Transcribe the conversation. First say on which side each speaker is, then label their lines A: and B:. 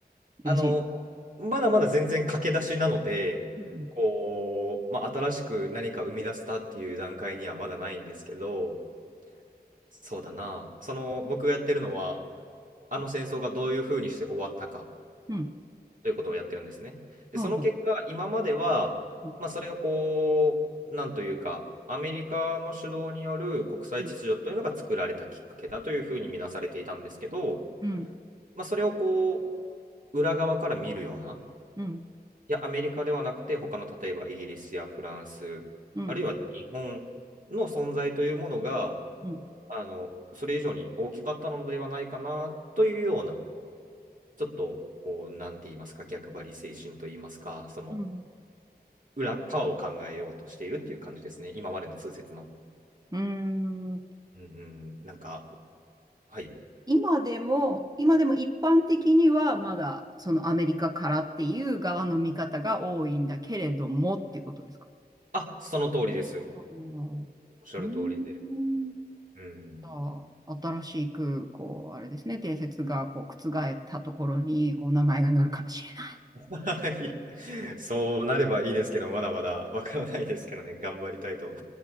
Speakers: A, on the right (about 50°); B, on the right (about 20°).
A: あの、
B: 嬉しい。
A: まだまだ全然駆け出しなので、
B: うん。
A: こう、まあ、新しく何か生み出したっていう段階にはまだないんですけど、そうだな、その僕がやってるのは、あの戦争がどういうふうにして終わったか
B: うん。うん
A: ということをやってるんですね。で、
B: はあはあ
A: その結果、今までは、
B: うん。
A: まあ、それがこう、なんというか、アメリカの主導による国際秩序というのが作られたきっかけだというふうに見なされていたんですけど、
B: うん。
A: まあ、それをこう、裏側から見るような、
B: うん。
A: いや、アメリカではなくて、他の例えばイギリスやフランス、
B: うん。うん。
A: あるいは日本の存在というものが、
B: うん。
A: あの、それ以上に大きかったのではないかなというような、ちょっと、こう、なんて言いますか、逆張り精神と言いますか、その
B: うん。
A: 裏側を考えようとしているっていう感じですね、今までの通説の。
B: うーん。
A: うんうん、なんか、はい。
B: 今でも、今でも一般的にはまだそのアメリカからっていう側の見方が多いんだけれどもっていうことですか。
A: あ、その通りです。
B: あーう
A: おっしゃる通りで。
B: ーん。じ
A: うん
B: ゃあ、新しく、こう、あれですね、定説がこう覆ったところにお名前が載るかもしれない。
A: <laughs> いやそうなればいいですけど、まだまだわからないですけどね、<laughs> 頑張りたいと